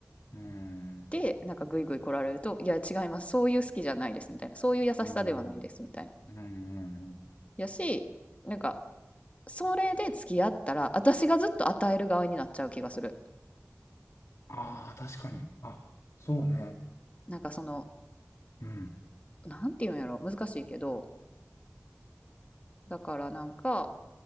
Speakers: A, on the left; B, on the left.
A: うん。
B: で、なんかグイグイ来られると、いや違います、そういう好きじゃないですみたいな、そういう優しさではないですみたいな。
A: うん。うん。うん
B: やし、なんかそれで付き合ったら、私がずっと与える側になっちゃう気がする。
A: ああ、確かに。あ、そうね。
B: なんかその、
A: うん。
B: なんていうんやろ、難しいけど、だからなんか、